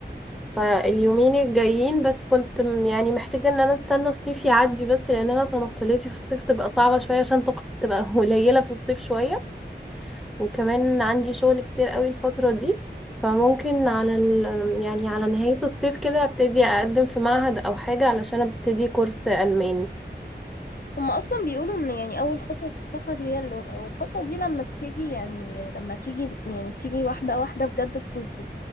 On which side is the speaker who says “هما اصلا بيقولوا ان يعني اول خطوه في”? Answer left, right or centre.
Left